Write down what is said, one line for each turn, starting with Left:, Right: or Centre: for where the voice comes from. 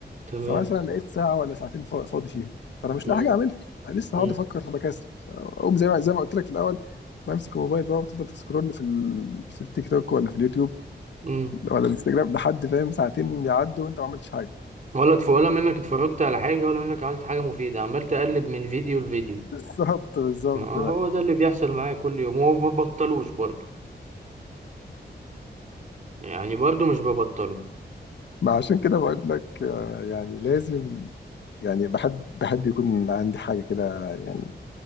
Right: تمام
Left: فمثلا لقيت ساعه ولا ساعتين فا- فاضي فيهم فانا مش
Right: مم.
Left: لاقي حاجه اعملها لسه
Right: مم.
Left: هقعد افكر فبكسل اقوم زي ما زي ما قلت لك في الاول بمسك الموبايل بقى وتفضل تسكرول في ال... في التيك توك ولا في اليوتيوب
Right: مم.
Left: ولا الانستجرام لحد فاهم ساعتين يعدوا وانت ما عملتش حاجه
Right: ولا تف... ولا منك اتفرجت على حاجة ولا منك عملت حاجة مفيدة عمال تقلب من فيديو لفيديو
Left: <laughs> بالظبط بالظبط
Right: ما هو ده اللي بيحصل معايا كل يوم وما ببطلوش برضه يعني برضو مش ببطله
Left: ما عشان كده بقول لك آه، يعني لازم يعني بحب بحب يكون عندي حاجة كده يعني